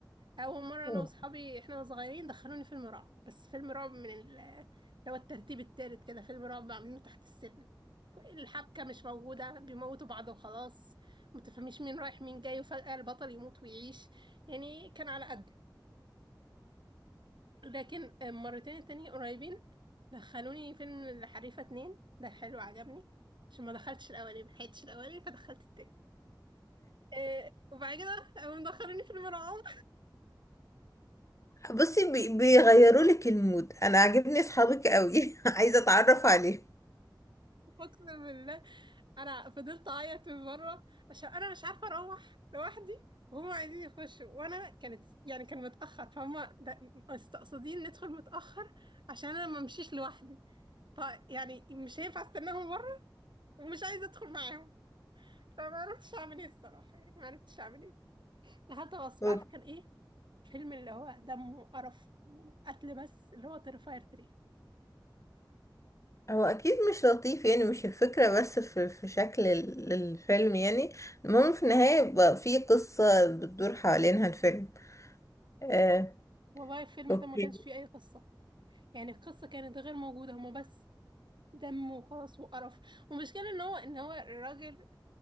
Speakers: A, on the right; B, on the left.
A: اول مره انا
B: أو-
A: واصحابي احنا صغيرين دخلوني فيلم رعب بس فيلم رعب من ال- اللي هو الترتيب التالت كده فيلم رعب عاملينه تحت السلم كل- الحبكه مش موجوده بيموتوا بعض وخلاص متفهميش مين رايح مين جاي وفجاه البطل يموت ويعيش يعني كان على قده لكن مرتين التانية قريبين دخلوني فيلم الحريفه اتنين ده حلو عجبني عشان ما دخلتش الاولاني ما لحقتش الاولاني فدخلت التاني إيه وبعد كده قاموا مدخلوني فيلم رعب
B: بصي بي- بيغيروا لك المود انا عاجبني اصحابك قوي <laughs> عايزه اتعرف عليه
A: اقسم بالله انا فضلت اعيط من بره عشان انا مش عارفه اروح لوحدي وهم عايزين يخشوا وانا كانت يعني كان متاخر فهم ده- مستقصدين ندخل متاخر عشان انا ما امشيش لوحدي فيعني مش هينفع استناهم بره ومش عايزه ادخل معاهم فما عرفتش اعمل ايه الصراحه يعني ما عرفتش اعمل ايه دخلت غصب
B: هو
A: عارفه كان ايه فيلم اللي هو دم وقرف وقتل بس اللي هو تيرفاير 3
B: هو اكيد مش لطيف يعني مش الفكره بس في, في شكل ال- الفيلم يعني المهم في النهايه يبقى في قصه بتدور حوالينها الفيلم آه
A: والله الفيلم
B: اوكي
A: ده ما كانش فيه اي قصه يعني القصه كانت غير موجوده هما بس دم وخلاص وقرف والمشكلة ان هو ان هو الراجل